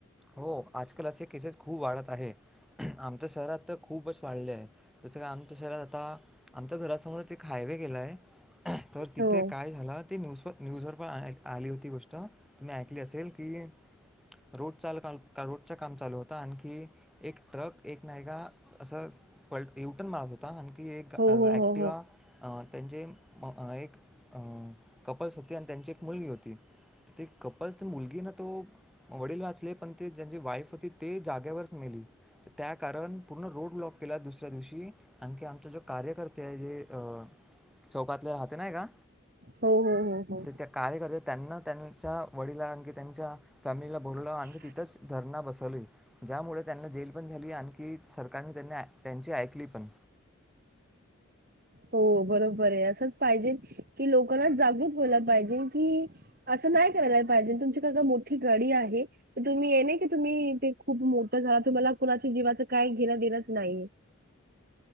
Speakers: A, in the centre; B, on the right.
A: हो आजकाल असे केसेस खूप वाढत आहे आमच्या शहरात तर खूपच वाढले आहे जसं का आमच्या शहरात आता आमच्या घरासमोरच एक हायवे गेलाय तर तिथे
B: हो.
A: काय झालं ते न्यूजप न्यूज वर पण आली होती गोष्ट तुम्ही ऐ असेल की रोड चाल रोड काम चालू होता आणखी एक ट्रक एक नाईका असं पवटन मारत होता की एक
B: हो
A: ऍक्टिवा
B: हो हो हो
A: त्यांचे एक अं कपल्स होते आणि त्यांची एक मुलगी होती. ते कपल्स मुलगी ना तो वडील वाचले ते ज्याची वाईफ होती ते जागेवरच मेली त्या कारण पूर्ण रोड ब्लॉक केला दुस दिवशी आणखी आमचे कार्यकर्ते जे चौकातले राहते ना का
B: हो हो हो हो
A: त्या कार्यकर्ते त्यांना त्यांच्या वडिलांना आणखी त्यांच्या फॅमिलीला
B: <inaudible>
A: बोलवलं आणखी तिथंच धरणा बसवली ज्यामुळे त्यांना जेल पण झाली आणखी सरकारने त्यांनी त्यांची ऐकली पण
B: हो बरोबर आहे असंच पाहिजे कि लोकांना जागृत व्हायला पाहिजे कि असं नाही करायला पाहिजे तुमच्या मोठी गाडी आहे तुम्ही ये नई की तुम्ही ते खूप मोठ झाला तुम्हाला कुणाच्या जीवाच काय घेणं देणच नाहीे.